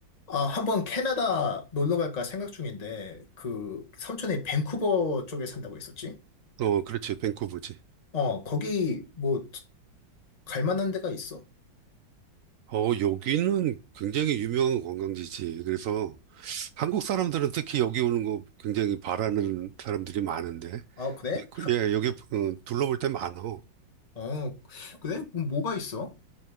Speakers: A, on the left (about 25°); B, on the right (about 85°).
A: 아, 한번 캐나다 놀러 갈까 생각 중인데, 그, 삼촌이 밴쿠버 쪽에 산다고 했었지?
B: 어, 그렇지. 밴쿠버지.
A: 어, 거기 뭐, 갈 만한 데가 있어?
B: 어, 여기는 굉장히 유명한 관광지지. 그래서 한국 사람들은 특히 여기 오는 거 굉장히 바라는 사람들이 많은데.
A: 아, 그래?
B: 그- 예, 여기 어, 둘러볼 때 많어.
A: 어, 그래? 그럼 뭐가 있어?